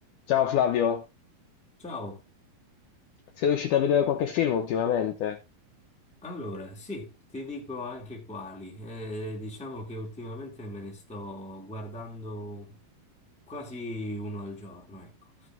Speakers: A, on the left; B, in the centre.
A: Ciao Flavio,
B: Ciao,
A: sei riuscito a vedere qualche film ultimamente?
B: allora sì, ti dico anche quali. Eh, diciamo che ultimamente me ne sto guardando quasi uno al giorno, ecco.